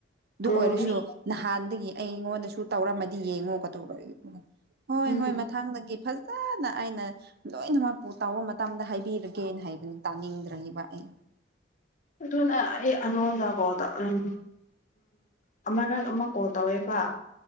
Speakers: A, on the right; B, on the left.
A: ꯑꯗꯨ
B: ꯎꯝ
A: ꯑꯣꯏꯔꯁꯨ
B: ꯃꯤ
A: ꯅꯍꯥꯟꯗꯒꯤ ꯑꯩꯉꯣꯟꯗꯁꯨ ꯇꯧꯔꯝꯃꯗꯤ ꯌꯦꯡꯉꯣꯀ ꯇꯧꯔꯛ ꯍꯣꯏ
B: ꯎꯝ
A: ꯍꯣꯏ ꯃꯊꯪꯗꯒꯤ ꯐꯖꯅ ꯑꯩꯅ ꯂꯣꯏꯅꯃꯛꯄꯨ ꯇꯥꯎꯕ ꯃꯇꯝꯗ ꯍꯥꯏꯕꯤꯔꯒꯦꯅ ꯍꯥꯏꯕꯅꯤ ꯇꯥꯅꯤꯡꯗ꯭ꯔꯦꯕ ꯑꯩ <inaudible>
B: ꯑꯗꯨꯅ ꯑꯩ ꯑꯩꯉꯣꯟꯗꯀꯥꯎꯗ ꯎꯝ ꯑꯃꯅꯛ ꯑꯃ ꯀꯣꯜ ꯇꯧꯋꯦꯕ